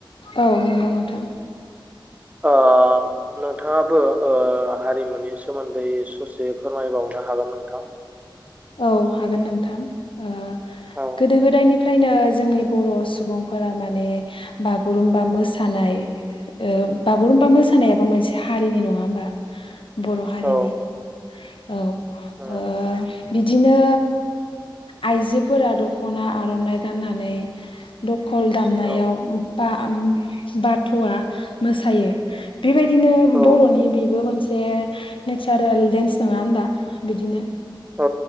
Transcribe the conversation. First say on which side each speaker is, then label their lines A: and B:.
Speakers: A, on the left; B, on the right.
A: औ नंगौ नोंथां
B: ओ नोंथाङाबो ओ हारिमुनि सोमोन्दै ससे फोरमायबावनो हागोन नोंथां?
A: औ हागोन नोंथां ओ
B: औ
A: गोदो गोदायनिफ्रायनो जोंनि बर' सुबुंफोरा मा- माने बागुरुमबा मोसानाय ओ बागुरुमबा मोसानायाबो मोनसे हारिनि नङा होमबा बर' हारिनि
B: औ
A: औ
B: औ
A: ओ बिदिनो आइजोफोरा दख'ना आर'नाइ गाननानै द- दल दामनायाव
B: औ
A: बा- बाथ'आ मोसायो बेबायदिनो
B: औ
A: बर'नि बेबो मोनसे नेचारेल डेन्स नङा होनबा बिदिनो
B: औ